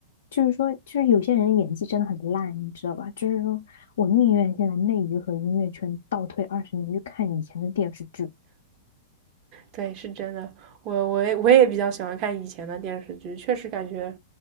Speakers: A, on the left; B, on the right.
A: 就是说，就是有些人演技真的很烂，你知道吧？就是说我宁愿现在内娱和音乐圈倒退二十年去看以前的电视剧。
B: 对，是真的。我我也我也比较喜欢看以前的电视剧，确实感觉